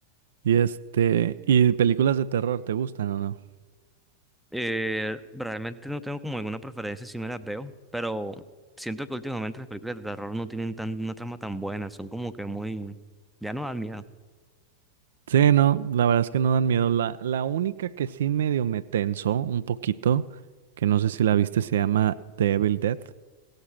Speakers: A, on the right (about 60°); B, in the centre.
A: y este, ¿y películas de terror te gustan o no?
B: Eh, realmente no tengo como alguna preferencia si me las veo, pero siento que últimamente las películas de terror no tienen tan, una trama tan buena. Son como que muy... Ya no dan miedo.
A: Sí, no, la verdad es que no dan miedo. La, la única que sí medio me tensó un poquito, que no sé si la viste, se llama The Evil Dead.